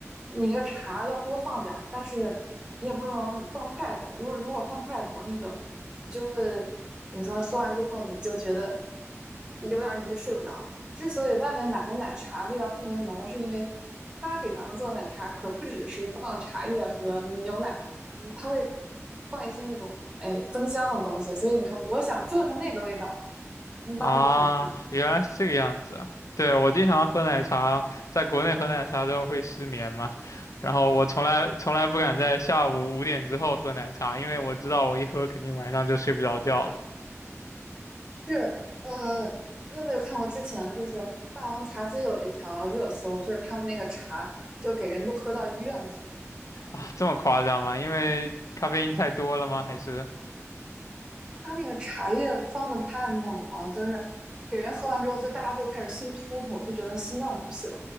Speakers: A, on the right; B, on the left.
A: 你那个茶要多放点儿，但是你也不能放太多。如果如果放太多，那个你就会怎么说呢？喝完之后你就觉得有点儿你会睡不着。之所以外面买的奶茶味道特别浓，是因为他给咱们做的奶茶可不只是放牛奶，嗯，他会放一些那种哎增香的东西。所以你说我想做成那个味道，
B: 啊，
A: 那是不可能。
B: 原来是这个样子啊。对，我经常喝奶茶，在国内喝奶茶之后会失眠嘛，然后我从来从来不敢在下午五点之后喝奶茶，因为我知道我一喝肯定晚上就睡不着觉了。
A: 是，呃，你有没有看过之前就是《霸王茶姬》有一条热搜，就是他们那个茶就给人都喝到医院去了，
B: 啊，这么夸张吗？因为咖啡因太多了吗？还是
A: 他那个茶叶放的太猛了，就是给人喝完之后，就大家就开始心突突，就觉得心脏不行，